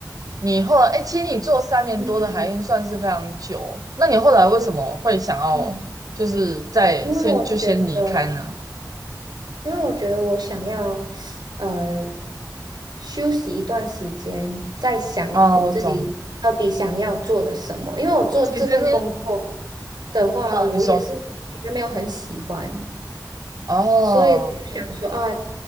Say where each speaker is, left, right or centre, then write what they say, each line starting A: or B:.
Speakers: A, on the right (about 55°); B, on the right (about 80°).
A: 你后来哎、其实你做三年多的海运算是非常久，
B: 嗯嗯
A: 那你后来为什么会想要就是在先就先离开呢？
B: 嗯嗯，因为我觉得。因为我觉得我想要，呃，休息一段时间，再想我自己到底想要做的什么。
A: 哦，我懂。
B: 因为我做这份工作
A: 其实你，
B: 的话，
A: 嗯，
B: 我也是其实没有很喜欢，
A: 你说，哦
B: 所以我就想说啊，